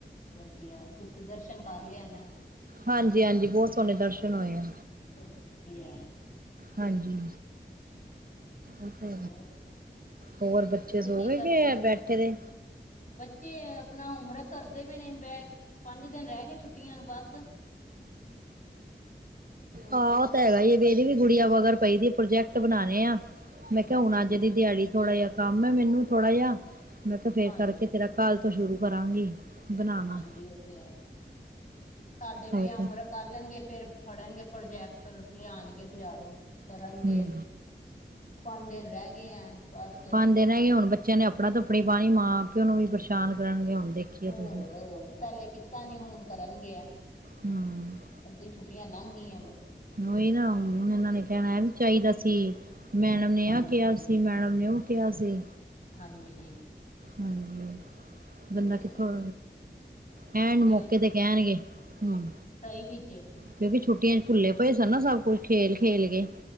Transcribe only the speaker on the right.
ਹਾਂਜੀ ਹਾਂਜੀ ਬਹੁਤ ਸੋਹਣੇ ਦਰਸ਼ਨ ਹੋਏ ਆ।
ਹਾਂਜੀ ਉਹ
ਤਾਂ ਹੋਰ ਬੱਚੇ
ਸੋ
ਗਏ
ਕੇ
ਬੈਠੇ
ਦੇ।
ਆਹੋ
ਉਹ
ਤਾਂ ਹੈਗਾ
ਵੇਦੀ ਵੀ ਗੁੜੀਆਂ ਵਗਰ ਪਈ ਦੀ ਪ੍ਰੋਜੈਕਟ ਬਣਾਉਣੇ ਆ। ਮੈਂ ਕਿਹਾ
ਹੁਣ ਅੱਜ
ਦੀ ਦਿਹਾੜੀ ਥੋੜਾ ਜਿਹਾ ਕੰਮ ਹੈ ਮੈਨੂੰ ਥੋੜਾ ਜਿਹਾ ਮੈਂ ਕਿਹਾ ਫੇਰ
ਕਰਕੇ ਤੇਰਾ ਕਾਲ ਤੋਂ ਸ਼ੁਰੂ ਕਰਾਂਗੀ। ਬਣਾਣਾ
ਹਏ
ਤਾਂ
ਹੂੰ
ਪੰਜ ਦਿਨ ਰੇਹ ਗਏ ਹੁਣ ਬੱਚਿਆਂ ਨੇ ਆਫੜਾ ਦਫੜੀ ਪਾਣੀ ਮਾਂ ਪਿਓ ਨੂੰ ਵੀ ਪਰੇਸ਼ਾਨ ਕਰਨਗੇ ਹੁਣ। ਦੇਖੀਏ
ਤੁਸੀਂ
ਹੂੰ
ਉਹੀ ਨਾ ਹੁਣ ਇਹਨਾਂ ਨੇ ਕਹਿਣਾ ਹੈ ਵੀ ਚਾਹੀਦਾ ਸੀ। ਮੈਡਮ ਨੇ
ਆ ਕਿਹਾ ਸੀ ਮੈਡਮ ਨੇ ਉਹ ਕਿਹਾ ਸੀ।
ਹਾਂਜੀ।
ਬੰਦਾ
ਕਿੱਥੋਂ
ਐਨ
ਮੌਕੇ
ਤੇ ਕਹਿਣਗੇ। ਹੁਣ
ਕਿਉਂਕਿ ਛੁੱਟੀਆਂ ਚ ਭੁੱਲੇ ਪਏ ਸਨ ਨਾ ਸਭ ਕੁੱਝ ਖੇਲ ਖੇਲ ਕੇ